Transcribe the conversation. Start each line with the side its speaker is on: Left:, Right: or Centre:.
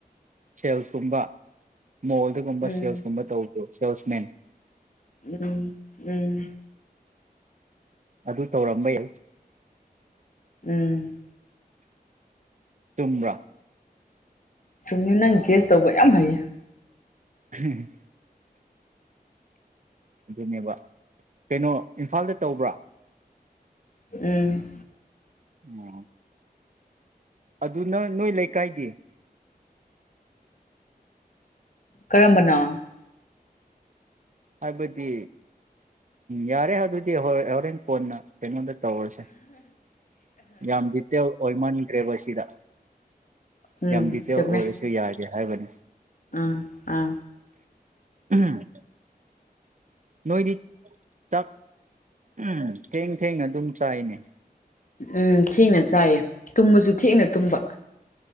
Right: ꯁꯦꯜꯁꯀꯨꯝꯕ ꯃꯣꯜꯗꯒꯨꯝꯕ
Left: ꯎꯝ
Right: ꯁꯦꯜꯁꯀꯨꯝꯕ ꯇꯧ ꯁꯦꯜꯁ ꯃꯦꯟ
Left: ꯎꯝ ꯎꯝ
Right: ꯑꯗꯨ ꯇꯧꯔꯝꯕ ꯌꯥꯏ
Left: ꯎꯝ
Right: ꯇꯨꯨꯝ꯭ꯔꯥ
Left: ꯆꯨꯝꯃꯦ ꯅꯪ ꯒ꯭ꯁ ꯇꯧꯕ ꯌꯥꯝ ꯍꯩꯌꯦ
Right: ꯎꯝ ꯑꯗꯨꯅꯦꯕ ꯀꯩꯅꯣ ꯏꯝꯐꯥꯜꯗ ꯇꯧꯕ꯭ꯔꯥ
Left: ꯎꯝ
Right: ꯑꯣ ꯑꯗꯨ ꯅ ꯅꯣꯏ ꯂꯩꯀꯥꯏꯗꯤ
Left: ꯀꯔꯝꯕꯅꯥ
Right: ꯍꯥꯏꯕꯗꯤ ꯌꯥꯔꯦ ꯑꯗꯨꯗꯤ ꯍꯣꯔꯦꯟ ꯐꯣꯟꯅ ꯀꯉꯣꯟꯗ ꯇꯧꯔꯁꯦ ꯌꯥꯝ ꯗꯤꯇꯦꯜ ꯑꯣꯏꯃꯟꯈ꯭ꯔꯦꯕ ꯁꯤꯗ
Left: ꯎꯝ
Right: ꯌꯥꯝ ꯗꯤꯇꯦꯜ
Left: ꯆꯨꯝꯃꯦ
Right: ꯑꯣꯏꯔꯁꯨ ꯌꯥꯔꯦ ꯍꯥꯏꯕꯅꯦ
Left: ꯑꯥ ꯑꯥ
Right: ꯎꯝ ꯅꯣꯏꯗꯤ ꯆꯥꯛ ꯎꯝ ꯊꯦꯡ ꯊꯦꯡꯅ ꯑꯗꯨꯝ ꯆꯥꯏꯅꯦ
Left: ꯎꯝ ꯊꯦꯡꯅ ꯆꯥꯏꯌꯦ ꯇꯨꯝꯕꯁꯨ ꯊꯦꯡꯅ ꯇꯨꯝꯕ